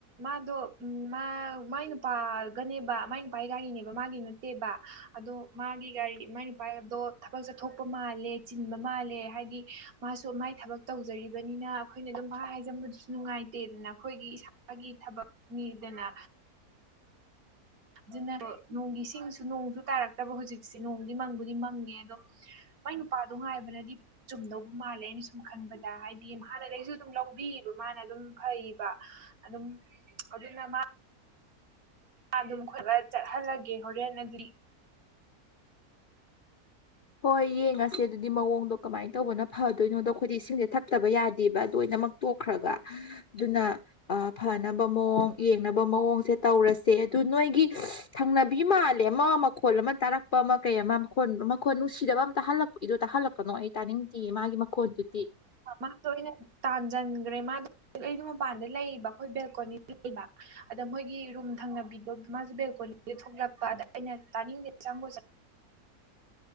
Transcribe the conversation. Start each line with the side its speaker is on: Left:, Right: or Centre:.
Right: ꯃꯥꯗꯣ ꯎꯝ ꯃꯥ ꯃꯥꯏ ꯅꯨꯄꯥꯒꯅꯦꯕ ꯃꯥꯏ ꯅꯨꯄꯥꯒꯤ ꯒꯥꯔꯤꯅꯦꯕ ꯃꯥꯒꯤ ꯅꯠꯇꯦꯕ ꯑꯗꯣ ꯃꯥꯒꯤ ꯒꯥꯔꯤ ꯃꯥꯏ ꯅꯨꯄꯥꯗꯣ ꯊꯕꯛ ꯆꯠꯊꯣꯛꯄ ꯃꯥꯜꯂꯦ ꯆꯤꯟꯕ ꯃꯥꯜꯂꯦ ꯍꯥꯏꯗꯤ ꯃꯥꯁꯨ ꯃꯥꯏ ꯊꯕꯛ ꯇꯧꯖꯔꯤꯕꯅꯤꯅ ꯑꯩꯈꯣꯏꯅ ꯑꯗꯨꯝ ꯄꯪ ꯍꯥꯏꯖꯟꯕꯗꯨꯁꯨ ꯅꯨꯡꯉꯥꯏꯇꯦꯗꯅ ꯑꯩꯈꯣꯏꯒꯤ ꯏꯁꯥ ꯒꯤ ꯊꯕꯛ ꯅꯤꯗꯅ ꯑꯗꯨꯅ ꯅꯣꯡꯒꯤ ꯏꯁꯤꯡꯁꯨ ꯅꯣꯡꯁꯨ ꯇꯥꯔꯛꯇꯕ ꯍꯧꯖꯤꯛꯁꯦ ꯅꯣꯡꯗꯤ ꯃꯪꯕꯨꯗꯤ ꯃꯪꯉꯦ ꯑꯗꯣ ꯃꯥꯏ ꯅꯨꯄꯥꯗꯣ ꯉꯥꯏꯕꯅꯗꯤ ꯆꯨꯝꯗꯧꯕ ꯃꯥꯜꯂꯦ ꯑꯩꯅ ꯁꯨꯝ ꯈꯟꯕꯗ ꯍꯥꯏꯗꯤ ꯍꯥꯟꯅꯗꯩꯁꯨ ꯑꯗꯨꯝ ꯂꯧꯕꯤꯕ ꯃꯥꯅ ꯑꯗꯨꯝ ꯐꯩꯕ ꯑꯗꯨꯝ ꯑꯗꯨꯅ ꯃꯥ ꯃꯥ ꯑꯗꯨꯝ ꯈꯣꯏꯕ ꯆꯠꯍꯜꯂꯒꯦ ꯍꯣꯔꯦꯟ ꯑꯗꯤ
Left: ꯍꯣꯏ ꯌꯦꯡꯉꯁꯦ ꯑꯗꯨꯗꯤ ꯃꯑꯣꯡꯗꯣ ꯀꯃꯥꯏꯅ ꯇꯧꯕꯅ ꯐꯗꯣꯏꯅꯣꯗꯣ ꯑꯩꯈꯣꯏꯗꯤ ꯏꯁꯤꯡꯁꯦ ꯊꯛꯇꯕ ꯌꯥꯗꯦꯕ ꯑꯗꯨ ꯂꯣꯏꯅꯃꯛ ꯇꯣꯛꯈ꯭ꯔꯒ ꯑꯗꯨꯅ ꯐꯅꯕ ꯃꯑꯣꯡ ꯌꯦꯡꯅꯕ ꯃꯑꯣꯡꯁꯦ ꯇꯧꯔꯁꯦ ꯑꯗꯨ ꯅꯣꯏꯒꯤ ꯊꯪꯅꯕꯤ ꯃꯥꯜꯂꯦ ꯑꯃ ꯃꯈꯣꯜ ꯑꯃ ꯇꯥꯔꯛꯄ ꯑꯃ ꯀꯩ ꯑꯃ ꯃꯈꯣꯟ ꯃꯈꯣꯟ ꯅꯨꯡꯁꯤꯗꯕ ꯑꯃ ꯇꯥꯍꯜꯂꯛꯏꯗꯣ ꯇꯥꯍꯜꯂꯛꯀꯅꯣ ꯑꯩ ꯇꯥꯅꯤꯡꯗꯤꯌꯦ ꯃꯥꯒꯤ ꯃꯈꯣꯟꯗꯨꯗꯤ
Right: ꯃꯥꯗꯣ ꯑꯩꯅ ꯇꯥꯟꯖꯟꯒ꯭ꯔꯦ ꯃꯥꯗꯣ ꯑꯩꯗꯣ ꯃꯄꯥꯟꯗ ꯂꯩꯕ ꯑꯩꯈꯣꯏ ꯕꯦꯜꯀꯣꯅꯤꯗ ꯂꯩꯕ ꯑꯗ ꯃꯣꯏꯒꯤ ꯔꯨꯝ ꯊꯪꯅꯕꯤꯗꯣ ꯃꯥꯁꯨ ꯕꯦꯜꯀꯣꯅꯤꯗ ꯊꯣꯛꯂꯛꯄ ꯑꯗ ꯑꯩꯅ ꯇꯥꯅꯤꯡꯗꯦ ꯆꯪꯒꯣ ꯆꯠꯂꯣ